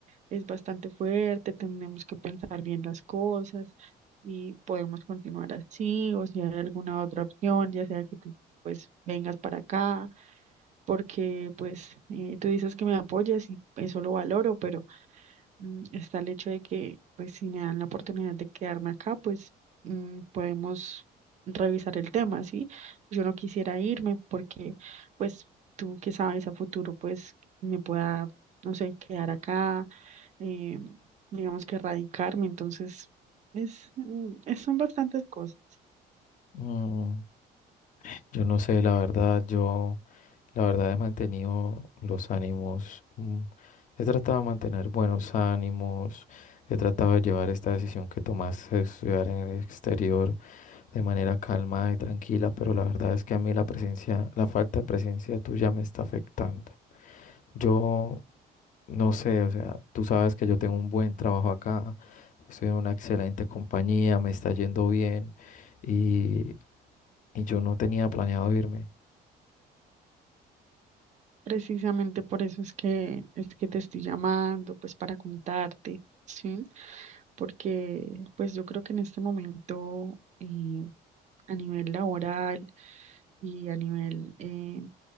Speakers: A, on the right (about 45°); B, on the left (about 50°).
A: Es bastante fuerte, tenemos que pensar bien las cosas y podemos continuar así, o si hay alguna otra opción, ya sea que tú pues vengas para acá, porque pues eh, tú dices que me apoyas y eso lo valoro, pero mm, está el hecho de que, pues, si me dan la oportunidad de quedarme acá, pues mm, podemos revisar el tema, ¿sí? Yo no quisiera irme porque, pues, tú que sabes a futuro, pues, me pueda, no sé, quedar acá, eh, digamos que radicarme, entonces, es, mm, es- son bastantes cosas.
B: Mm, Yo no sé la verdad, yo... La verdad he mantenido los ánimos, mm, he tratado de mantener buenos ánimos, he tratado de llevar esta decisión que tomaste de estudiar en el exterior de manera calma y tranquila, pero la verdad es que a mí la presencia, la falta de presencia tuya me está afectando. Yo no sé, o sea, tú sabes que yo tengo un buen trabajo acá, estoy en una excelente compañía, me está yendo bien y, y yo no tenía planeado irme.
A: Precisamente por eso es que es que te estoy llamando, pues para contarte, ¿sí? Porque pues yo creo que en este momento eh, a nivel laboral y a nivel eh,